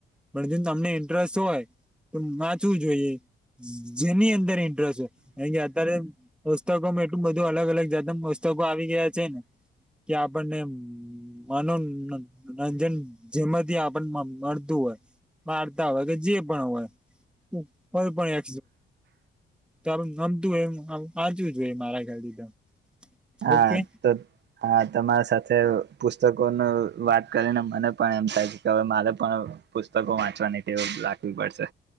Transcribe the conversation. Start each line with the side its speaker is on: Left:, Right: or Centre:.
Centre: પણ જો તમને ઇન્ટરેસ્ટ હોય તો વાંચવું જોઈએ. જેની અંદર ઇન્ટરેસ્ટ કે અત્યારે પુસ્તકોમાં એટલું બધું અલગ અલગ જાત ના પુસ્તકો આવી ગયા છે ને કે આપણને મનોનોરંજન જેમાંથી આપણને મળતું હોય વાર્તા હોય કે જે પણ હોય કોઈ પણ તમ ગમતું હોય એમ વાચવું જોઈએ મારા ખ્યાલતી તો
Right: હા
Centre: ઓકે
Right: તો હા તમારા સાથે પુસ્તકો ન વાત કરીને મને પણ એમ થાય છે કે હવે મારે પણ પુસ્તકો વાંચવાની તેવ રાખવી પડશે